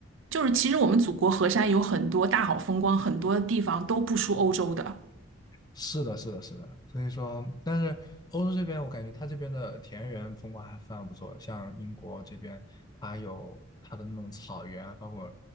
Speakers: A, on the right; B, on the left.
A: 就是其实我们祖国河山有很多大好风光，很多地方都不输欧洲的。
B: 是的，是的，是的，所以说，但是欧洲这边，我感觉它这边的田园风光还非常不错。像英国这边，它有它的那种草原啊，包括，